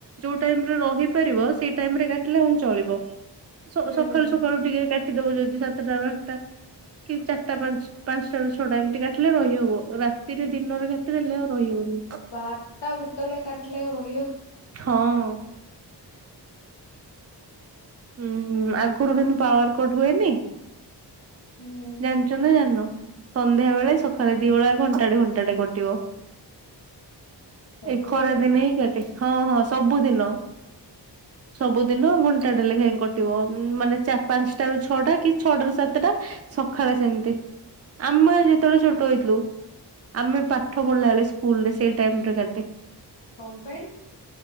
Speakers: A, on the right; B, on the left.
A: ଯୋଉ ଟାଇମ୍ ରେ ରହିପାରିବ ସେଇ ଟାଇମ୍ କାଟିଲେ ହଁ ଚାଲିବ ସ
B: ହୁଁ।
A: ସକାଳୁ ସକାଳୁ ଟିକେ କା କାଟିଦବ ଯଦି ସାତଟାରୁ ଆଠଟା କି ଚାରିଟା ପାଞ୍ଚଟାରୁ ଛଅଟା ଏମିତି କାଟିଲେ ରହିହବ ରାତିରେ ଦିନରେ େ ଦେଲେ ଆଉ ରହିହଉନି
B: ଭାର୍ତା ଗୁତେବେଳେଆ କାଟିଲ ରହିବ
A: ହଁ ହୁଁ ଆଗରୁ କେନ୍ତୁ ପାୱାରକୋଟ ହୁଏନି
B: ହୁଁ
A: ଜାଣି ନା ଜାଣ ସନ୍ଧ୍ୟା ବେଳେ ସକାଳେ ଦିଳା ଘଣ୍ଟାଡେ ଘଣ୍ଟା ଟେ କଟିବ
B: ସବୁବେଳେ
A: ଏଇ ଖରା ଦିନିନଁ କେଟେ ହଁ ହଁ ସବୁଦିନ ସବୁଦିନ ଘଣ୍ଟା ଡେଲେ କାଇ କଟିବ ମାନେ ପାଞ୍ଚଟା ର ଛଅଟା କି ଛଅଟାରୁ ସାତଟା ଖ ସେମତି ଆମେ ଯେତେବେଳେ ଛୋଟ ହେଇଥିଲୁ ଆମେ ପାଠ ପଢିଲା ବେଳେ ସ୍କୁଲରେ ସେ ଟାଇମ କା
B: ହମ୍ପାଇନ୍